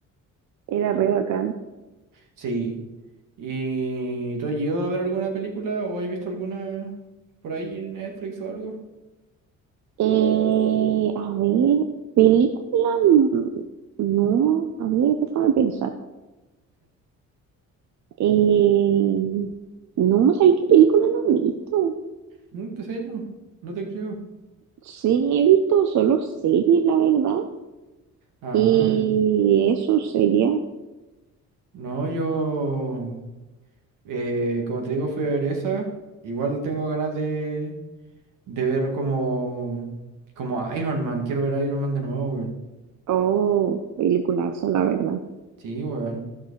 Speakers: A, on the right (about 60°); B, on the right (about 85°).
A: era re bacán.
B: Sí. ¿Y tú has ido a ver alguna película o has visto alguna por ahí en Netflix o algo?
A: Eh, a ver, película, mm, no, a ver, déjame pensar. Eh, no, ¿sabéis qué película no he visto?
B: No, ¿En serio? No te creo.
A: Sí, he visto solo series, la verdad.
B: Ah,
A: Y eso sería,
B: no, yo, eh, como te digo, fui a ver esa. Igual tengo ganas de, de ver como, como Iron Man. Quiero ver a Iron Man de nuevo, weón.
A: oh, peliculaza, la verdad.
B: Sí, weón.